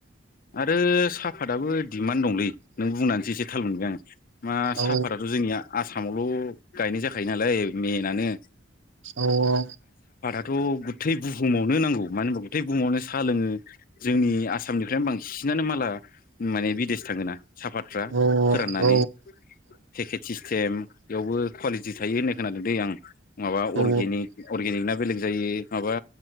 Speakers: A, on the left (about 45°); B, on the right (about 75°).
A: आरो साहाफताबो दिमान्ड दंलै। नों बुंनानैसो एसे थाल मोनबाय आं मा
B: औ
A: साफाताथ' जोंनिया आसामावल' गायनाय जाखायो नालाय मेनानो
B: औऔ
A: थ गुथै बुहुमावनो नांगौ मानो होनबा गुथै बुहुमावनो सा लोङो जोंनि आसामनिफ्रायनो बांसिनानो माला माने बिदेश थाङोना साफातफ्रा
B: औ
A: फोराननानै
B: औ
A: पेकेट सिस्टेम बेयावबो कुवालि टि थायो होननाय खोनादों दै आं माबा
B: औ
A: अर्गेनिक अर्गेनिक ना बेलेग जायो माबा